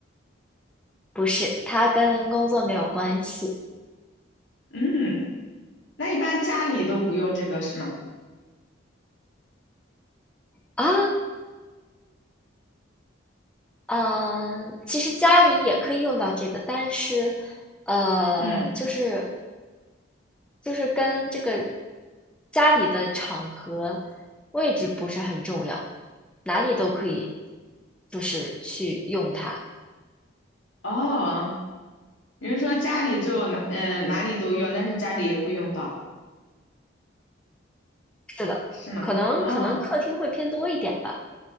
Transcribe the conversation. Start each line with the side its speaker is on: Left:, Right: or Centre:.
Centre: 不是，它跟工作没有关系
Left: 嗯，那一般家里都不用这个是吗？
Centre: 啊，嗯，其实家里也可以用到这个，但是呃，
Left: 嗯，
Centre: 就是就是跟这个家里的场合、位置不是很重要，哪里都可以，就是去用它。
Left: 哦，你是说家里就哪嗯、呃哪里都用，但是家里也会用到
Centre: 是的，
Left: 是吗？
Centre: 可能可能客厅会偏多一点吧。
Left: 哦，